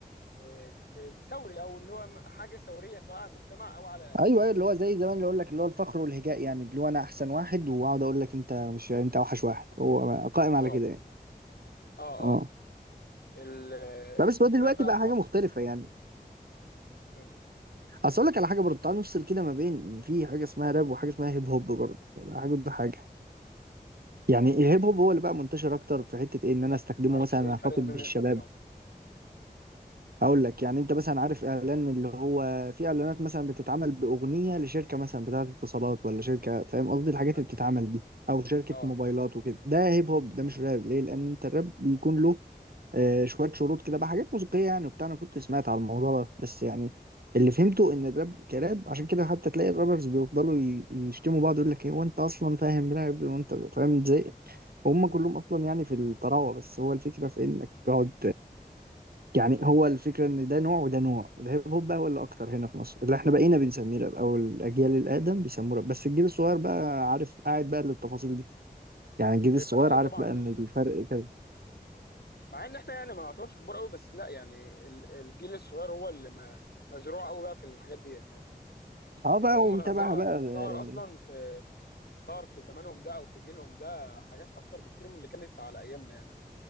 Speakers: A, on the left; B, on the right.
A: إيه، إيه، ثوري او اللي هو م- حاجه ثوريه سواء على المجتمع او على
B: ايوه
A: سي...
B: ايوه اللي هو
A: على
B: زي زمان اللي اقول لك اللي هو الفخر والهجاء يعني اللي هو انا احسن واحد واقعد اقول لك انت مش انت اوحش واحد هو قائم
A: اه
B: على كده يعني
A: اه
B: اه
A: اه ال...
B: لا بس هو دلوقتي
A: الراب بقى
B: بقى
A: في
B: حاجه
A: مصر
B: مختلفه يعني
A: مم.
B: اصل اقول لك على حاجه برضه تعال نفصل كده ما بين ان في حاجه اسمها راب وحاجه اسمها هيب هوب برضه حاجه ضد حاجه يعني
A: اه
B: الهيب هوب هو اللي بقى منتشر اكتر في حته ايه ان انا
A: لا
B: استخدمه
A: ما اعرفش
B: مثلا
A: ايه الفرق
B: اخاطب
A: ما
B: بالشباب
A: بين- ما بينهم
B: هقول لك يعني انت مثلا عارف اعلان اللي هو في اعلانات مثلا بتتعمل باغنيه لشركه مثلا بتاعه اتصالات ولا شركه فاهم قصدي الحاجات
A: مثلا
B: اللي بتتعمل دي او شركه
A: اه
B: موبايلات وكده ده هيب هوب ده مش راب ليه لان انت الراب بيكون له آه، شويه شروط كده بقى حاجات موسيقيه يعني وبتاع انا كنت سمعت على الموضوع ده بس يعني اللي فهمته ان الراب كراب عشان كده حتى تلاقي الرابرز بيفضلوا ي- يشتموا بعض يقول لك ايه وانت اصلا فاهم راب وانت فاهم ازاي هم
A: امم
B: كلهم اصلا يعني في الطراوه بس هو الفكره في انك تقعد يعني هو الفكرة ان ده نوع وده نوع الهيب هوب بقى هو اللي اكتر هنا في مصر اللي احنا بقينا بنسميه راب او الاجيال الادم بيسموه راب بس الجيل الصغير بقى عارف قاعد بقى للتفاصيل دي يعني الجيل
A: ايوه
B: الصغير
A: لا
B: عارف
A: طبعا
B: بقى
A: ال...
B: ان الفرق كذا
A: مع ان احنا يعني ما نعتبرش كبار قوي بس لا يعني ال... الجيل الصغير هو اللي ما... مزروع قوي بقى في الحاجات ديت يعني
B: اه
A: يعني
B: بقى
A: هم
B: ومتابع
A: ظهر
B: بقى اه
A: ظهر اصلا في ظهر في زمانهم ده او في جيلهم ده حاجات اكتر بكتير من اللي كانت على ايامنا يعني